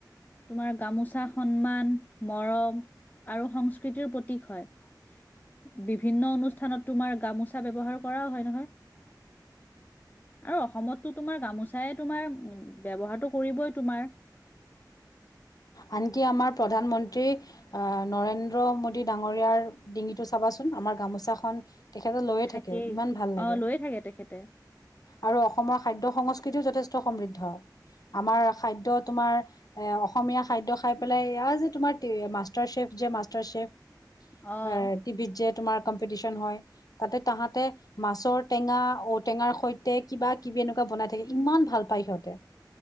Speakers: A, on the left (about 25°); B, on the left (about 55°).
A: তোমাৰ গামোচা সন্মান, মৰম- আৰু সংস্কৃতিৰ প্ৰতীক হয়। বিভিন্ন অনুষ্ঠানত তোমাৰ গামোচা ব্যৱহাৰ কৰাও হয় নহয়। আৰু অসমততো তোমাৰ গামোচাই তোমাৰ ব্যৱহাৰতো কৰিবই তোমাৰ।
B: আনকি আমাৰ প্ৰধানমন্ত্ৰী- আহ নৰেন্দ্ৰ মোডী ডাঙৰীয়াৰ ডিঙিটো চাবাচোন আমাৰ গামোচাখন- তেখেত লৈয়ে
A: থাকেই
B: থাকে, ইমান ভাল
A: অ',
B: লাগে।
A: লৈয়ে থাকে তেখেতে
B: আৰু অসমৰ খাদ্য সংস্কৃতিও যথেষ্ট সমৃদ্ধ। আমাৰ খাদ্য তোমাৰ এ অসমীয়া- খাদ্য খাই পেলাই এয়া এই যে তোমাৰ মাষ্টাৰ চেফ যে মাষ্টাৰ চেফ
A: অ',
B: এ- টিভিত যে তোমাৰ কম্পিটিশন হয়, তাতে তাহাঁতে- মাছৰ টেঙা, ঔটেঙাৰ সৈতে কিবা কিবি এনেকুৱা বনাই থাকে, ইমান ভাল পায় সিহঁতে।